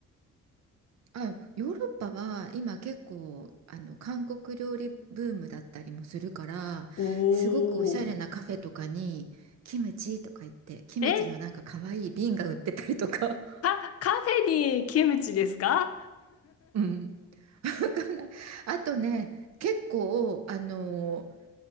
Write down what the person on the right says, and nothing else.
あ、ヨーロッパは今結構、あの、韓国料理ブームだったりもするから、
すごくおしゃれなカフェとかに、キムチとか言って、キムチのなんか可愛い瓶が売ってたりとか。
<laughs> うん。<laughs> わかんない。あとね、結構、あの、